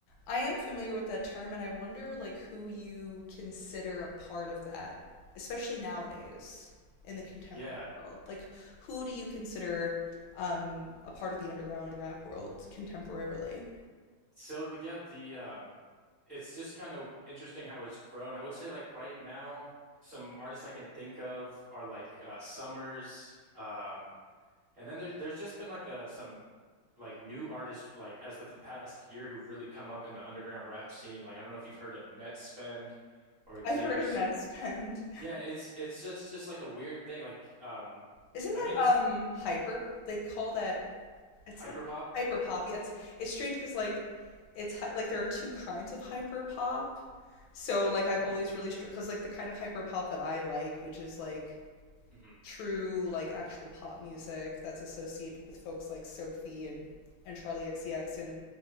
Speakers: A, on the left; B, on the right.
A: I am familiar with that term, and I wonder like who you consider a part of that, especially nowadays in the contemporary
B: Yeah.
A: world. Like, who do you consider um, a part of the underground rap world contemporarily?
B: So yeah, the um, it's just kind of interesting how it's grown. I would say like right now, some artists I can think of are like uh, Summers, um, and then there's there's just been like uh some like new artists like as of the past year who've really come up in the underground rap scene. Like I don't know if you've heard of Netspend or
A: I've
B: Xavier.
A: heard of
B: So
A: Netspend.
B: Yeah, it's it's just just like a weird thing. Like, um,
A: Isn't
B: I
A: that
B: mean,
A: um
B: it's
A: hyper? They call that it's
B: hyperpop.
A: not hyper pop. Yeah, It's it's strange because like it's hy- like there are two kinds of hyper pop. So like I've
B: Mhm,
A: always really str because like the kind of hyper pop that I like, which is like
B: mhm.
A: true like actual pop music that's associated with folks like Sophie and and Charlie XCX and